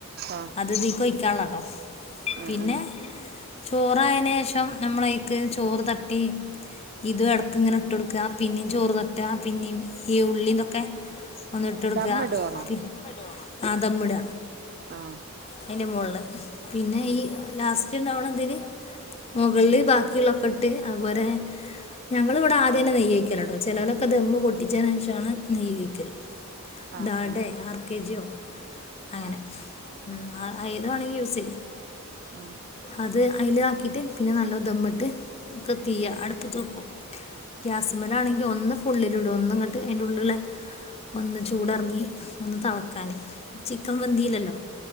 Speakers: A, on the right; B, on the left.
A: ആഹ്
B: അത് ഇതീക്ക് ഒയി ക്കാനുള്ളയാട്ടോ
A: ഉം
B: പിന്നെ
A: ഉം
B: ചോറായേന് ശേഷ് ഷം നമ്മളയ്ക്ക് ചോറ് തട്ടി ഇതും ഇടക്ക് ഇങ്ങനെ ഇട്ട് കൊടുക്കുക പിന്നെയും ചോറ് തട്ടുക പിന്നെയും ഈ ഉള്ളീതൊക്കെ ഒന്നിട്ട് കൊടുക്കുക
A: ദമ്മിടുവാണോ
B: പി ആഹ് ദമ്മിട
A: ആഹ്
B: അതിൻ്റെ മോളില് പിന്നെ
A: ഉം
B: ഈ ലാസ്റ്റ് ണ്ടാവണതിന് മുകളില്
A: ഉം
B: ബാക്കിയുള്ള ഒക്കെ ഇട് ട്ട് അതുപോലെ ഞങ്ങൾ ഇവിടെ ആദ്യം തന്നെ നെയ്യഴിക്കലാട്ടോ ചിലരൊക്കെ ദെമ്മ് പൊട്ടിച്ചതിന് ശേഷമാണ് നെയ്യൊഴിക്കല്
A: ആഹ്
B: ഡാൽഡേ ആർ കെ ജിയോ അങ്ങനെ
A: ആഹ്
B: ഉം അ ഏത് വേണമെങ്കിലും യൂസ് ചെയ്യാം
A: ഉം
B: അത് അയിലാക്കിയിട്ട് പിന്നെ നല്ലോം ധമ്മിട്ട് ഇെ <inaudible> തീ
A: ഉം ഉം ഉം
B: അടുപ്പത്ത് വെക്കും ഗ്യാസിൻമേൽ ആണെങ്കിൽ ഒന്ന് ഫുള്ളിലൂടെ ഒന്നുംങ്ങട്ട് അന്റെറെ ഉള്ളില ഒ ചൂടറങ്ങി ഒന്ന് ളക്കാനൻ ചിക്കൻ പന്തിയിലല്ലോ